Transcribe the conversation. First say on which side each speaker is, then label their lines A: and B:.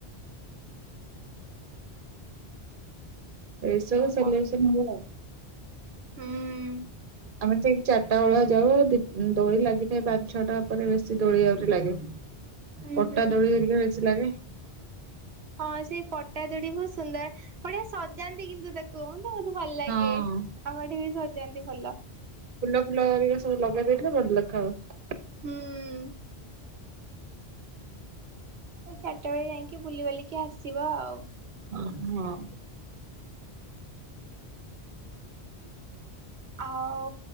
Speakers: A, on the right; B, on the right.
A: ହ ହ <inaudible>
B: ଏସବୁ ସଲୁସନ୍
A: କଣ
B: <unintelligible>
A: ହୁଁ।
B: ଆମେ ଠିକ୍ ଚାରିଟା ବେଳିଆ ଯାଉ ଦି ଦୋଳି ଲାଗିଥାଏ ପାଞ୍ଚ ଛଅଟା ପରେ ବେଶୀ ଦୋଳି ଆହୁରି ଲାଗେ।
A: ଉଁ
B: ପଟା
A: ହୁଁ
B: ଦୋଳି ହେରିକି ବେଶୀ ଲାଗେ।
A: ହଁ ସେଇ ପଟା ଦୋଳି ବହୁତ ସୁନ୍ଦର ବଢ଼ିଆ ସଜାନ୍ତି କିନ୍ତୁ ତାକୁ କୁ ମତେ ବହୁତ ଭଲ ଲାଗେ
B: ହଁ।
A: ଆମ ଏଠି ବି ସଯାନ୍ତି ଭଲ।
B: ଫୁଲ ଫୁଲ ହେରିକା ସବୁ ଲଗେଇ ଦେଇଥିଲେ ଭଲ ଦେଖାଯାଉଥିଲା।
A: ହୁଁ। ଏ ଚାରିଟା ବେଳେ ଯାଇକି ବୁଲିବାଲିକି ଆସିବ ଆଉ।
B: ଅହଁ।
A: ହୁଁ <inaudible> ଆଉ